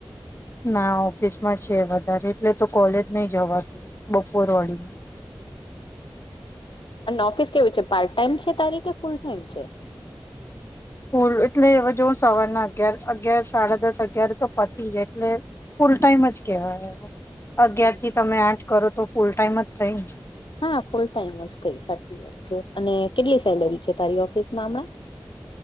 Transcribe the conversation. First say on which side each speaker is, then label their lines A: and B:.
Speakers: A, on the left; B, on the left.
A: ના ઓફિસ માં છે વધારે એટલે તો કોલેજ નહી જવાતું બપોર વળીનું.
B: અને ઓફિસ કેવું છે પાર્ટ ટાઈમ છે તારી કે ફૂલ ટાઈમ છે?
A: ફૂલ એટલે હો જો સવારના અગિયાર અગિયાર સાડા દસ અગિયાર તો પતી જ એટલે ફૂલ ટાઈમ જ કેવાય અગિયાર
B: હમ
A: થી
B: હમ
A: તમે આઠ કરો તો ફૂલ ટાઈમ જ થઈને.
B: હા, ફૂલ ટાઈમ અજ થઈ સાચી વાત છે અને કેટલી સેલેરી છે તારી ઓફિસમાં હમણાં?